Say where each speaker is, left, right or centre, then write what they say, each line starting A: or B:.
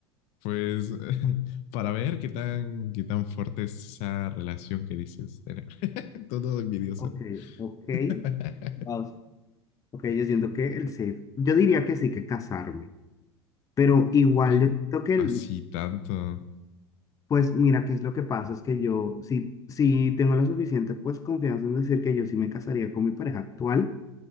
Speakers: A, on the left; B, on the left.
A: Pues <laughs> para ver qué tan, qué tan fuerte es esa relación que dices tener. <laughs> Todo envidioso.
B: Ok,
A: ¿no?
B: ok.
A: <laughs>
B: Vamos. Ok, yo siento que el safe. Yo diría que sí, que casarme. Pero igual
A: Ay,
B: yo siento que,
A: así
B: el-
A: tanto.
B: pues, mira, qué es lo que pasa, es que yo sí, sí tengo la suficiente, pues, confianza en decir que yo sí me casaría con mi pareja actual.